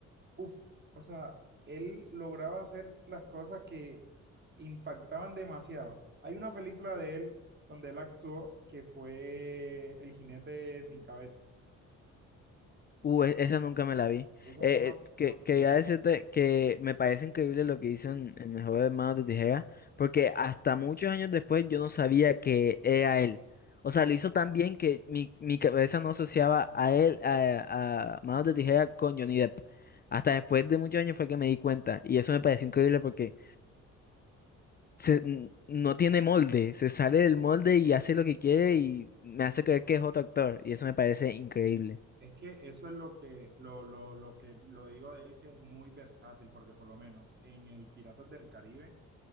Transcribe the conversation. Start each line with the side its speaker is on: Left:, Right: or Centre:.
Right: uff, o sea, él lograba hacer las cosas que impactaban demasiado. Hay una película de él donde él actuó que fue El jinete sin cabeza.
Left: Uh, e- esa nunca me la vi.
Right: Esa
Left: Eh,
Right: fue una,
Left: que,
Right: una-
Left: quería decirte que me parece increíble lo que hizo en, en el juego de Manos de Tijera, porque hasta muchos años después yo no sabía que era él. O sea, lo hizo tan bien que mi, mi cabeza no asociaba a él, a, a Manos de Tijera con Johnny Depp. Hasta después de muchos años fue que me di cuenta. Y eso me pareció increíble porque se- n- no tiene molde, se sale del molde y hace lo que quiere y me hace creer que es otro actor. Y eso me parece increíble.
Right: Es que eso es lo que lo, lo, lo que lo digo de él, que es muy versátil, porque por lo menos en el Piratas del Caribe,